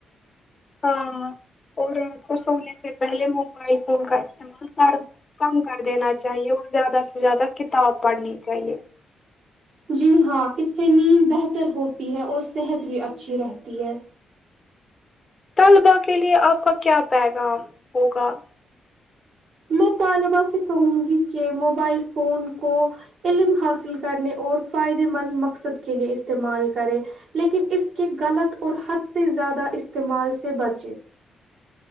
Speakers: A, on the left; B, on the right.
A: ہاں اور رات کو سونے سے پہلے م بئی فون کا استعمال کر کم کر دینا چاہیے اور زیادہ سے زیادہ کتاب پڑھنی چاہیے
B: جی ہاں اس سے نیند بہتر ہوتی ہے اور صحت بھی اچھی رہتی ہے
A: طلباء کے لیے آپ کا کیا پیغام ہوگا
B: میں طالبہ سے کہوں گی کہ موبائل فون کو علم حاصل کرنے اور فائدہ مند مقصد کیلئے استعمال کرے لیکن اس کے غلط اور حد سے زیادہ استعمال سے بچیں